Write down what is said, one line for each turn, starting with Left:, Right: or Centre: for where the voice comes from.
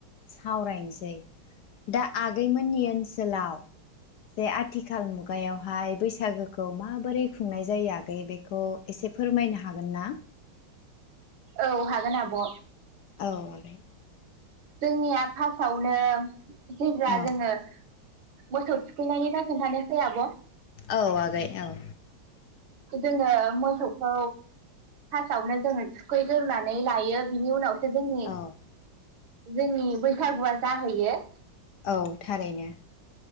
Left: सावरायनोसै दा आगैमोननि ओनसोलाव जे आथिखाल मुगायावहाय बैसागोखौ माबोरै खुंनाय जायो आगै बेखौ एसे फोरमायनो हागोन ना?
Right: औ हागोन आब'
Left: औ आगै
Right: जोंनिया फास आवनो जेब्ला
Left: औ
Right: जोंङो मोसौ थुखैनायनि फ्राय खोनथा सै आब'
Left: औ आगै औ
Right: जोङो मोसौखौ फार्स्टावनो जोङो थुखैग्रोननानै लायो बिनि उनाव सो जोंनि
Left: औ
Right: जोंनि बैसागुआ जाहैयो।
Left: औ थारैनो